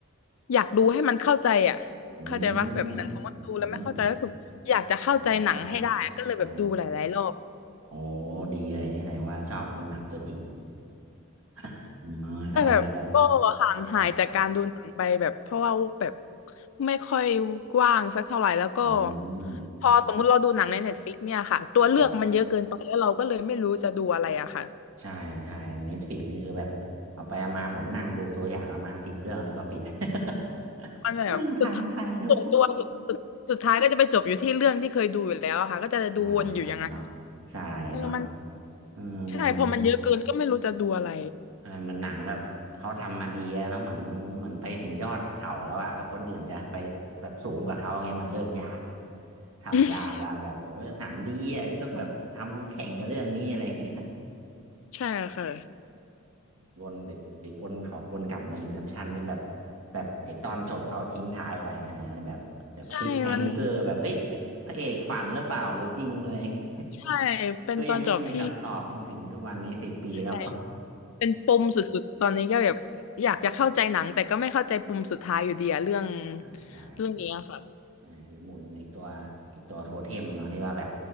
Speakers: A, on the left (about 75°); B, on the right (about 85°).
A: อยากดูให้มันเข้าใจอ่ะเข้าใจปะแบบเหมือนสมมติดูแล้วไม่เข้าใจก็คืออยากจะเข้าใจหนังให้ได้อะก็เลยแบบดูหลายๆรอบ
B: อืมอืมอ๋ออ๋อโอ้ดีเลยนี่แสดงว่าชอบดูหนังตัวจริง <laughs> อ๋อใช่มีแบบ
A: แต่แบบก็ห่างหายจากการดูหนังไปแบบเพราะว่าแบบ
B: ครับ
A: ไม่ค่อยว่างสักเท่าไหร่แล้วก็
B: อืม
A: พอสมมุติเราดูหนังใน Netflix เนี่ยค่ะตัวเลือกมันเยอะเกินไปแล้วเราก็เลยไม่รู้จะดูอะไรอะค่ะ
B: ครับใช่ใช่เน็ตฟลิกนี่คือแบบเอาไปเอามาผมนั่งดูตัวอย่างประมาณสิบเรื่องแล้วก็ปิด <laughs>
A: มันแบบสุดท้ายส่วนตัวสุดสุดสุดท้ายก็จะไปจบอยู่ที่เรื่องที่เคยดูอยู่แล้วอะค่ะก็จะดูวนอยู่อย่างนั้น
B: นั่งไถไถดู ใช่ใช่เนาะใช่เนาะ
A: เออมัน
B: เออเหมือนเหมือน
A: ใช่พอมันเยอะเกินก็ไม่รู้จะดูอะไร
B: อ่าเหมันหนังแบบเขาทำมาดีอะเนาะเหมือนมันเหมือนไปถึงยอดเขาแล้วอะแล้วคนอื่นจะไปแบบสูงกว่าเขาเงี้ยมันเริ่มยากละทำยากละแบบโอ้ยหนังดีอะต้องแบบทำแข่งกับเรื่องนี้อะไรอย่างเงี้ย
A: <laughs> ใช่ค่ะ
B: <laughs> วนติดติดวนของวนกลับมาอินเ p พชันนี่แบบแบบไอตอนจบเขาทิ้งท้ายไว้ใช่ไหมแบบแบบคลิปแฮงเกอร์แบบเอ้ย
A: ใช่มัน
B: พระเอกฝันหรือเปล่าหรือจริงอะไร
A: ใช่
B: <laughs>
A: เป็นตอนจบที่
B: ก็ยังไม่มีคำตอบจนถึงทุกวันนี้สิบปีแล้ว
A: อะไร
B: <laughs> เปล่า
A: เป็นปมสุดๆตอนนี้ก็แบบอยากจะเข้าใจหนังแต่ก็ไม่เข้าใจปมสุดท้ายอยู่ดีอะเรื่อง
B: ใช่ใช่
A: เรื่องนี้อะค่ะ
B: ใช่คือหมุนไอตัวไอตัวโทเทมเนาะที่ว่าแบบ